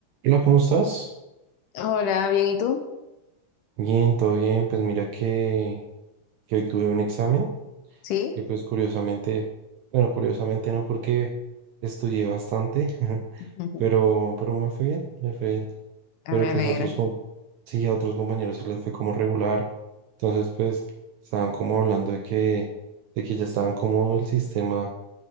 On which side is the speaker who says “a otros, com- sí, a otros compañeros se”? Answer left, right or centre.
Right